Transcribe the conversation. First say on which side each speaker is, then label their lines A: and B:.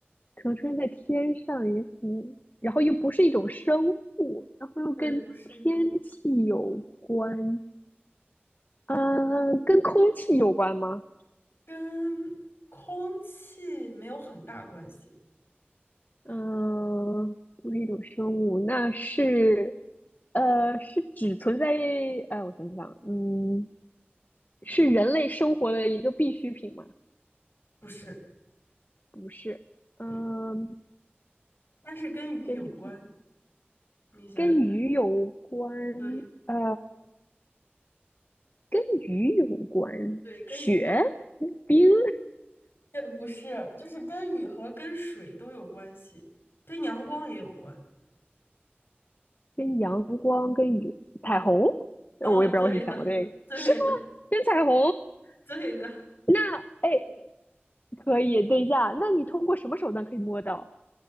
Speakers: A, on the left; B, on the left.
A: 可能出现在天上，也可能，然后又不是一种生物，然后又跟天气有关，
B: 对，不是一种。
A: 嗯、跟空气有关吗？
B: 跟空气没有很大关系，
A: 嗯、不是一种生物，那是，呃，是只存在，哎，我想想，嗯，是人类生活的一个必需品吗？
B: 不是，
A: 不是，嗯、
B: 对，但是跟雨有关。
A: 跟鸡
B: 你想想看，
A: 跟鱼有关，
B: 对
A: 呃，跟鱼有关，
B: 对，跟雨有，
A: 雪、冰、
B: 呃，不是，就是跟雨和跟水都有关系，跟阳光也有关。
A: 跟阳光、跟雨、彩虹，
B: 嗯，
A: 呃我也不知道为什么想到这个，
B: 对的，对的，
A: 是吗？跟彩虹？
B: 对的。
A: 那哎，可以，等一下，那你通过什么手段可以摸到？